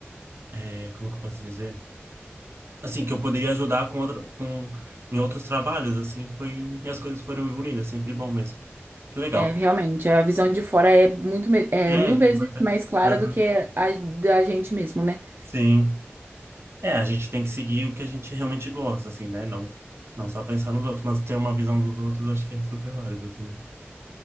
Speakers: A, on the right (about 70°); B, on the right (about 55°).
A: é, como que eu posso dizer? Assim, que eu poderia ajudar com outra, com em outros trabalhos, assim, foi, e as coisas foram evoluindo, é sempre bom mesmo. Que legal.
B: É, realmente, a visão de fora é muito, me- é
A: É, é
B: mil vezes
A: importante.
B: mais clara
A: Aham,
B: do que a da gente mesmo, né?
A: Sim. É, a gente tem que seguir o que a gente realmente gosta, assim, né? Não, não só pensar nos outros, mas ter uma visão dos outros, eu acho que é super válido também.